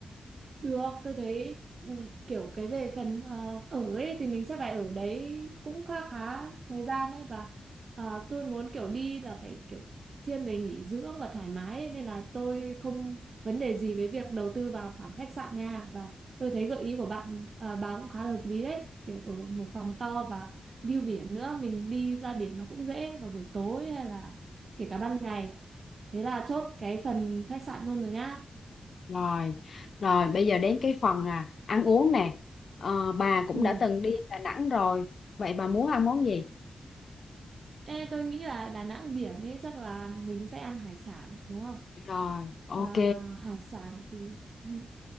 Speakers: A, on the right; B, on the left.
A: Được, tôi thấy ừ, kiểu cái về phần ờ, ở ấy thì mình sẽ phải ở đấy cũng khá khá thời gian ấy và ờ, tôi muốn kiểu đi là phải kiểu thiên về nghỉ dưỡng và thoải mái ấy, nên là tôi không vấn đề gì với việc đầu tư vào khoản khách sạn nha và tôi thấy gợi ý của bạn ờ, bà cũng khá là hợp lý đấy kiểu ở một phòng to và view biển nữa mình đi ra biển nó cũng dễ vào buổi tối hay là kể cả ban ngày thế là chốt cái phần khách sạn luôn rồi nhá
B: rồi rồi bây giờ đến cái phần à, ăn uống nè Ờ, bà cũng
A: ừ
B: đã từng đi Đà Nẵng rồi vậy bà muốn ăn món gì
A: Ê, tôi nghĩ là Đà Nẵng biển ấy chắc là mình sẽ ăn hải sản đúng không?
B: rồi ok
A: Và hải sản thì ừ,